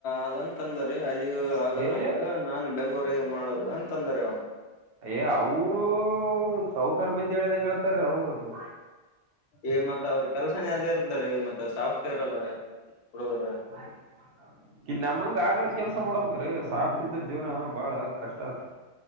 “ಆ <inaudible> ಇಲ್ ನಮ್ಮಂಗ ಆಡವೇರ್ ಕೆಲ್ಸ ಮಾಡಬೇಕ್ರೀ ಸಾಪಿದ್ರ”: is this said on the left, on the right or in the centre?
Right